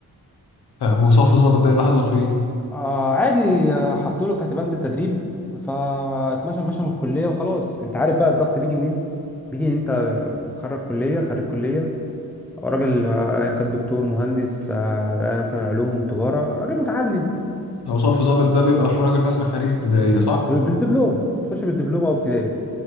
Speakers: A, on the left; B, in the centre.
A: وصف الظابط ده إيه اللي حصل فيه؟
B: آه، عادي آه، حطوا له تحت بند التدريب فاتمشى مشى من الكليه وخلاص انت عارف بقى الضغط بيجي منين بيجي انت خرج كليه خريج كليه راجل آه، ايا كان دكتور مهندس آه، آه، مثلا علوم وتجاره راجل متعلم
A: لو صف الظابط ده بيبقى راجل مثلا خريج ابتدائية صح؟
B: بالدبلوم تخش بالدبلوم او ابتدائي